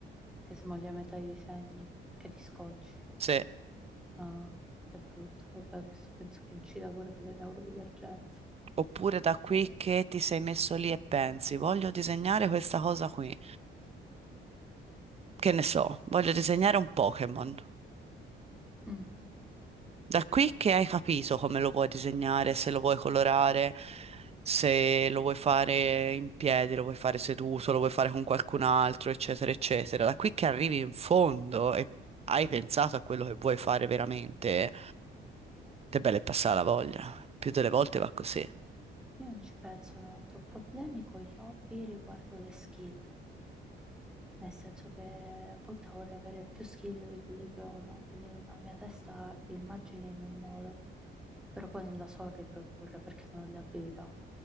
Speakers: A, in the centre; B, on the right.
A: che smoglia metà i disegni, perché ti scocci.
B: Sì.
A: Ah, che brutto. Vabbè, questo penso che incida pure con le neurodivergenze.
B: Oppure da qui che ti sei messo lì e pensi, voglio disegnare questa cosa qui. Che ne so, voglio disegnare un Pokémon.
A: Mm,
B: Da qui che hai capito come lo vuoi disegnare, se lo vuoi colorare, se lo vuoi fare in piedi, lo vuoi fare seduto, lo vuoi fare con qualcun altro, eccetera, eccetera. Da qui che arrivi in fondo e hai pensato a quello che vuoi fare veramente, te belle passare la voglia. Più delle volte va così.
A: Io non ci penso tanto. Ho Problemi con gli hobby riguardo le skill. Nel senso che appunto vorrei avere più skill di quelle che ho, no? Quindi nella mia testa l'immagine è in un modo, però poi non la so riprodurre perché non ho le abilità.